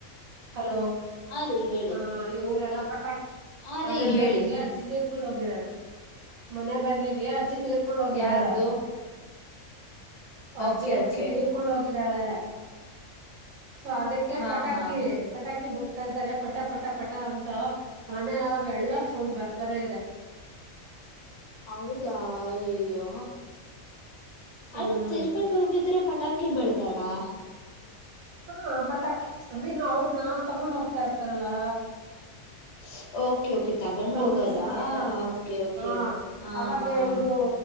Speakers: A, on the right (about 80°); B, on the left (about 55°).
A: ಹಲೋ
B: ರೀ ಹೇಳಿ
A: ಹ ಇವರೆಲ್ಲ ಪಟಾಕ
B: ಹಾ
A: ಮನೆಯ
B: ರೀ ಹೇಳಿ
A: ಬಗ್ಲಿಗೆ ಅಜ್ಜಿ ತೀರ್ಕೊಂಡು ಹೋಗಿದಾಳೆ ಮನ ಬಗಲಿಗೆ ಅಜ್ಜಿ. ತೀರ್ಕೊಂಡ ತೀರ್ಕೊಂಡ ಹೊಗಿದಾಳೆ
B: ಯಾರ್ದು
A: ಅಜ್ಜಿ
B: ಓಕೆ
A: ಅಜ್ಜಿ
B: ಓಕೆ
A: ತೀರ್. ತೀರಿಕೊಂಡು ಹೋಗಿದ್ದಾಳೆ. ಸೊ ಅದಕ್ಕೆ
B: ಹಾ
A: ಪಟಾಕಿ
B: ಹಾ
A: ಪಟಾಕಿ ಬಿಡ್ ತಾ ಇದಾರೆ ಪಟ ಪಟ ಪಟ ಅಂತ ಮನ್ಯಾಗ್ ಎಲ್ಲ ಸೊಂಡ್ ಬರ್ತಾನೆ ಇದೆ.
B: ಹೌದಾ ಅಯ್ಯಯ್ಯೋ
A: ಹ್ಮ್
B: ಆದ ತೀರ್ಕೊಂಡ್ ಹೋಗಿದ್ರೆ ಪಟಾಕಿ ಬೆಳ್ತಾರಾ?
A: ಹಾ ಪಟ್ ಅಮೀನ್ ಅವ್ರನ್ನ ತಗೊಂಡ್ ಹೋಗ್ತಾ ಇರ್ತಾರಲ್ಲಾ
B: <inaudible> ಓಕೆ ತಗೊಂಡ್
A: ಸೌಂಡ್ಸಕ್ಕೆ
B: ಹೋಗದಾ ಓಕೆ ಓಕೆ
A: ಹ
B: ಹಾ
A: ಅವಾಗ
B: ಹಾ
A: ಎಲ್ರೂ